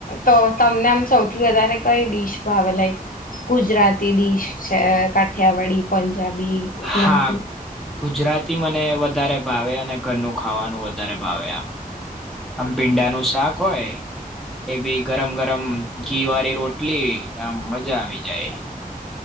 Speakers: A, on the left; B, in the centre.
A: તો તમને આમ સૌથી વધારે કઈ ડીશ ભાવે લાઈક ગુજરાતી ડીશ છે, કાઠિયાવાડી પંજાબી એમાંથી
B: હા ગુજરાતી મને વધારે ભાવે અને ઘરનું ખાવાનું વધારે ભાવે આમ અમ ભીંડાનું શાક હોય એ બી ગરમ ગરમ ઘી વારી રોટલી આમ મજા આવી જાય